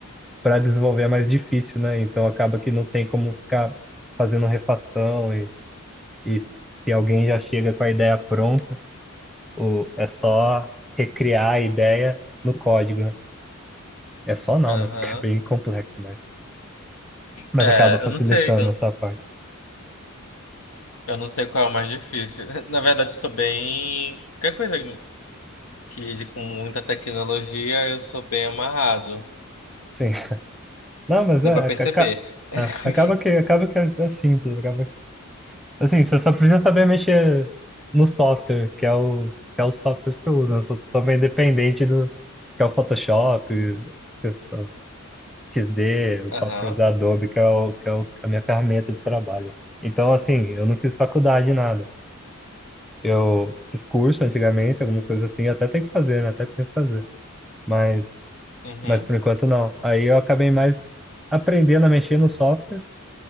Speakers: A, in the centre; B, on the left.
A: para desenvolver é mais difícil, né? Então acaba que não tem como ficar fazendo refação e, e se alguém já chega com a ideia pronta, o, é só recriar a ideia no código, né? É só não,
B: Aham.
A: né? Porque é bem
B: <clears throat>
A: complexo, mas, mas
B: É,
A: acaba
B: eu
A: facilitando
B: não sei, eu,
A: essa parte.
B: eu não sei qual é o mais difícil. <laughs> Na verdade, eu sou bem. Qualquer coisa que lide com muita tecnologia, eu sou bem amarrado.
A: Sim. Não, mas
B: Deu
A: é,
B: pra perceber.
A: aca- aca-
B: <laughs>
A: é, acaba que, acaba que é, é simples. Acaba... Assim, você só precisa saber mexer no software, que é o, que é os softwares que eu uso. né? Eu sou sou meio dependente do que é o Photoshop, que é o X D os
B: Aham.
A: softwares da Adobe, que é, o, que é o- a minha ferramenta de trabalho. Então, assim, eu não fiz faculdade, nada. Eu fiz curso antigamente, alguma coisa assim, eu até tenho que fazer, né? Até tenho que fazer. Mas
B: uhum.
A: mas por enquanto não. Aí eu acabei mais aprendendo a mexer no software,